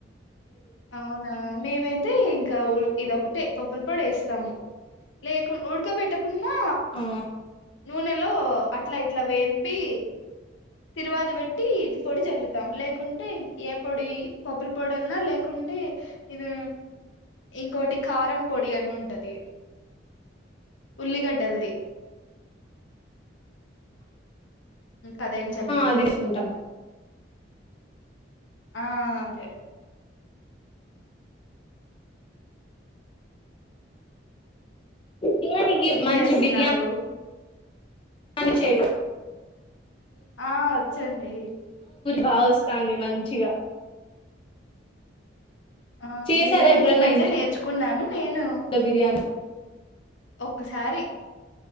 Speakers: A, on the left; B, on the left.
A: అవునా మేమైతే ఇంకా ఉ ఇదొకటే పప్పుల పొడి వేస్తాము లేకున్ ఉడకబెట్ కున్నా
B: ఆ
A: నూనెలో అట్లా ఇట్లా వేంపి తిరువాత పెట్టి ఇది పొడి చల్లుతాం లేకుంటే ఏ పొడి పప్పుల పొడి అన్నా లేకుం టే ఇది ఇంకోటి కారం పొడి అని ఉంటది ఉల్లిగడ్డల్ది అదైనచళ్ళుతాం
B: అది తీసుకుంటాం
A: ఆ అదే
B: తిననికి
A: ఏం
B: మంచి
A: చేస్తున్నారు
B: బిర్యానీ పని చేయడు
A: ఆ వచ్చండి
B: బాగోస్తాంది మంచిగా
A: ఆ
B: చేసారా
A: బిర్యానీ
B: ఎప్పుడన్నా
A: ఈ మధ్యే
B: ఇంట్లో
A: నేర్చుకున్నాను నేను
B: బిర్యానీ
A: ఒక్కసారి